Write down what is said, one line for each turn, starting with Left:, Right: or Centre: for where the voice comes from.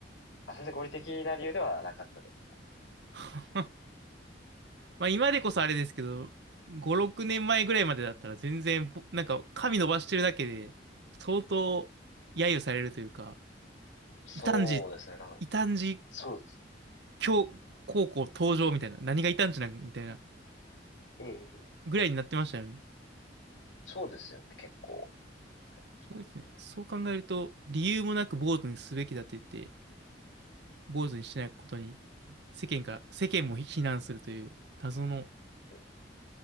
Left: あ、全然合理的な理由ではなかったですね。
Right: <laughs> まあ今でこそあれですけど、5、6年前ぐらいまでだったら全然、ぼなんか髪伸ばしてるだけで、相当揶揄されるというか、
Left: そうですね。
Right: 異端児、
Left: なんか、
Right: 異端児
Left: そうです
Right: 教高校登場みたいな、何が異端児なんみたいな
Left: ね。ええ、
Right: ぐらいになってましたよね。
Left: そうですよね。結構。ありました。
Right: すごいですね。そう考えると、理由もなく坊主にすべきだって言って、坊主にしないことに、世間から、世間も非難するという謎の
Left: うん